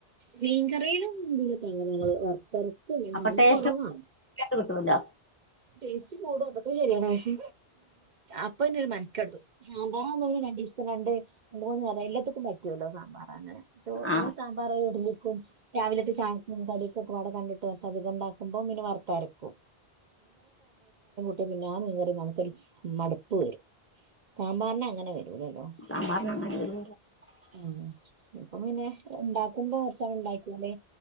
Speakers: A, on the right; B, on the left.
A: മീൻകറിയിലും മുരിങ്ങയില തേങ്ങ ഞങ്ങങ്ങള് വ എന്നാലും
B: അപ്പൊ ടേസ്റ്റ്
A: കുറവാണ്
B: കിട്ടുമല്ലോ
A: ടേസ്റ്റ് കൂടും അതൊക്കെ ശെരിയാണ് പക്ഷെ അപ്പൊന്നെ ഒരു മനെടുത്തു സാമ്പാറാവുമ്പം രണ്ട് ദിവസം രണ്ട് രണ്ട് മൂന്ന് നേരം എല്ലാർക്കും പറ്റുമല്ലോ സാമ്പാറ് അങ്ങനെ ഞങ്ങൾ
B: ആ
A: സാമ്പാറ് ഇഡലി രാവിലത്തെ ചായക്കും കടിക്കൊകെ കണ്ടിട്ട് അധികം ഉണ്ടാക്ക്പോ പിന്നെ വറത്തരക്കും പിന്നാ ആ മീൻ കറി മടുപ്പ് വരും സാമ്പാറിന് അങ്ങനെ വരൂലല്ലോ
B: സാമ്പാറിന് അങ്ങനെ ഒരു
A: ഉം ഇപ്പം പിന്നെ ഉണ്ടാക്കുമ്പോ കുറച്ചാള് ഉണ്ടാക്കിയാല്